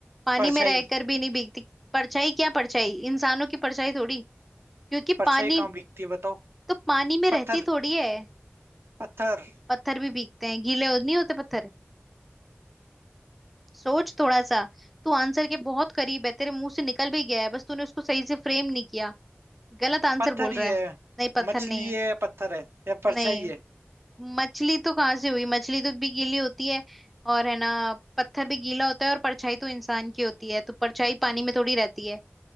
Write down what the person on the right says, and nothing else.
परछाई
परछाई
कहाँ भीगती है बताओ
पत्थर
पत्थर
पत्थर
ही है
मछली
है पत्थर है या परछाई
है